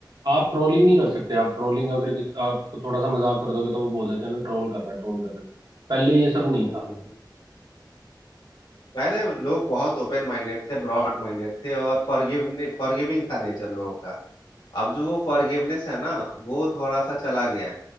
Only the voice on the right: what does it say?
आप ट्रोलिंग नहीं कर सकते आप ट्रोलिंग अगर किस, आप थोड़ा सा मजाक कर दोगे तो वो बोल देते हैं भाई ट्रोल कर रहे हैं ट्रोल कर रहे हैं पहले ये सब नहीं
था